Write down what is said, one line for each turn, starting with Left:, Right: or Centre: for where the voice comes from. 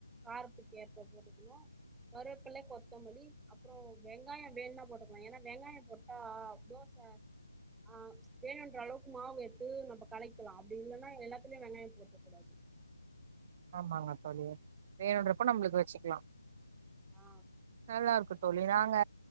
Centre: காரத்துக்கு ஏற்ப போட்டுக்கணு கருவேப்பில கொத்தமல்லி அப்ரோ வெங்காய வேணுனா போட் லா ஏன்னா வெங்காய போட்டா தோச ஆ வேணுன்ற அளவுக்கு மாவு எத்து நம்ம கலக்கிக்லா அப்டி இல்லன்னா எல்லாத்துலயு வெங்காய போட்றக் கூடாது
Right: ஆமாங்க தோழி வேணுன்றப்ப நம்மளுக்கு
Centre: ம்
Right: வச்சுக்கலா
Centre: ஆ
Right: நல்லாருக்கு தோழி நாங்க